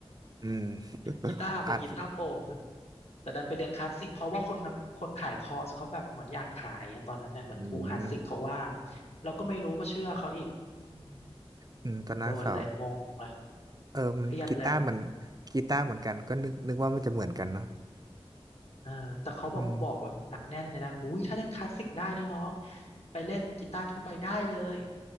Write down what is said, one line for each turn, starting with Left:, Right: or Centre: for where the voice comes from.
Right: อืม <laughs>
Left: กีตาร์เป็นกีตาร์โปร่งด้วย
Right: อัด
Left: แต่ดันไปเรียนคลาสสิกเพราะว่าคนคนขายคอร์สเขาแบบเหมือนอยากขายงตอนนั้นเนี่ยเหมือนครูคลาสสิกเขาว่าง
Right: อืม
Left: เราก็ไม่รู้ก็เชื่อเขาอีกอืม
Right: อืมตอนนั้นเขา
Left: โดนเลยงงเลย
Right: เออมันกีตาร์เหมือน
Left: เครียดเลยอะ
Right: กีตาร์เหมือนกันก็นึกนึกว่ามันจะเหมือนกันเนาะ
Left: เออแต่เขาบอกบอกแบบหนักแน่นเลยนะหุยถ้าเล่นคลาสสิกได้นะน้อง
Right: อืม
Left: ไปเล่นกีตาร์ทั่วไปได้เลย